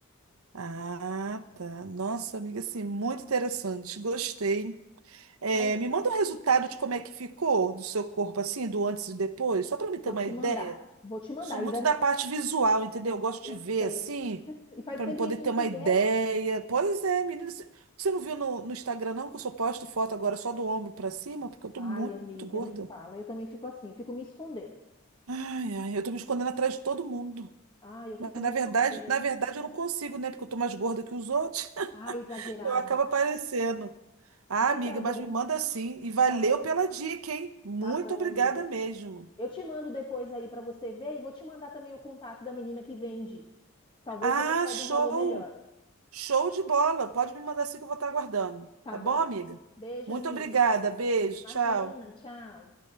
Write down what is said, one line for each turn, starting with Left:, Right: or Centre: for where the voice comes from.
Right: ah, tá. Nossa, amiga, assim, muito interessante. Gostei. É,
Left: Faz
Right: me
Left: isso.
Right: manda o resultado de como é que ficou do seu corpo, assim, do antes e depois, só para me ter
Left: Vou
Right: uma
Left: te
Right: ideia.
Left: mandar. Vou te mandar.
Right: Sou muito
Left: Ainda
Right: da
Left: não-
Right: parte visual, entendeu? Eu gosto
Left: eu
Right: de ver,
Left: sei.
Right: assim,
Left: E faz
Right: para
Left: tempo
Right: me poder
Left: que a gente
Right: ter
Left: não se
Right: uma
Left: vê,
Right: ideia.
Left: né?
Right: Pois é, menina, você você não viu no, no Instagram, não, que eu só posto foto agora só do ombro para cima, porque eu tô
Left: Ai,
Right: muito
Left: amiga,
Right: gorda.
Left: nem fala. Eu também fico assim, eu fico me escondendo.
Right: Ai, ai, eu tô me escondendo atrás de todo mundo.
Left: Ai, eu fico
Right: Mas
Left: me
Right: na
Left: escondendo.
Right: verdade, na verdade eu não consigo, né? Porque eu tô mais gorda que os outros. <laughs>
Left: Ai, exagerada.
Right: Eu acabo aparecendo. Ah,
Left: Mas
Right: amiga,
Left: tá bom,
Right: mas me manda sim. E valeu
Left: tá bom.
Right: pela dica, hein? Muito
Left: Tá bom,
Right: obrigada
Left: amiga.
Right: mesmo.
Left: Eu te mando depois aí pra você ver e vou te mandar também o contato da menina que vende. Talvez
Right: Ah,
Left: você consiga
Right: show!
Left: um valor melhor.
Right: Show de bola! Pode me mandar sim que eu vou estar aguardando.
Left: Tá
Right: Tá
Left: bom.
Right: bom, amiga?
Left: Beijo,
Right: Muito
Left: amiga.
Right: obrigada. Beijo,
Left: Imagina,
Right: tchau.
Left: tchau.